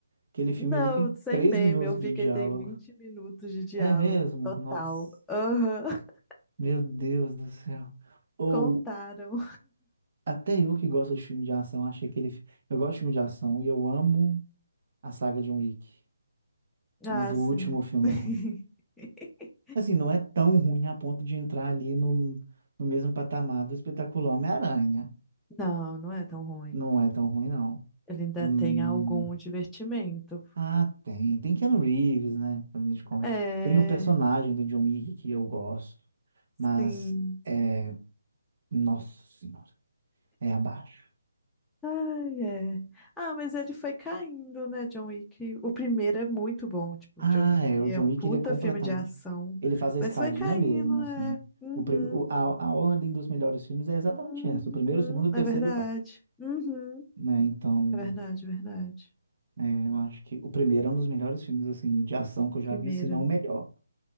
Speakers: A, on the right (about 55°); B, in the centre.
A: Aquele filme
B: Não,
A: ali tem
B: sem
A: 3
B: meme,
A: minutos
B: eu vi
A: de diálogo.
B: que ele tem 20 minutos de diálogo
A: É mesmo?
B: total.
A: Nossa,
B: Aham, <laughs>
A: meu Deus do céu. ou
B: contaram.
A: Até eu que gosto de filme de ação, achei que ele. Eu gosto de filme de ação e eu amo a saga John Wick. Mas
B: Ah,
A: o
B: sim.
A: último filme
B: <laughs>
A: é ruim. Assim, não é tão ruim a ponto de entrar ali no, no mesmo patamar do espetacular Homem-Aranha.
B: Não, não é tão ruim.
A: Não é tão ruim, não.
B: Ele ainda
A: Hum,
B: tem algum divertimento.
A: Ah, tem. Tem Keanu Reeves, né? Pra gente conver-
B: É,
A: Tem o personagem do John Wick que eu gosto. Mas
B: sim.
A: é. Nossa Senhora. É abaixo.
B: Ai, é. Ah, mas ele foi caindo, né, John Wick? O primeiro é muito bom, tipo,
A: Ah,
B: John Wick
A: é, o
B: é
A: John
B: um
A: Wick,
B: puta
A: ele é completamente...
B: filme de ação.
A: Ele faz a
B: Mas
A: escadinha
B: foi caindo,
A: mesmo, assim.
B: é. Uhum,
A: O prim... o- a, a ordem dos melhores filmes é exatamente
B: uhum,
A: essa. O primeiro, o segundo, o terceiro
B: é verdade.
A: e o quarto.
B: Uhum.
A: Né? Então,
B: É verdade, é verdade.
A: é, eu acho que o primeiro é um dos melhores filmes, assim, de ação que eu já
B: Primeira.
A: vi, se não o melhor.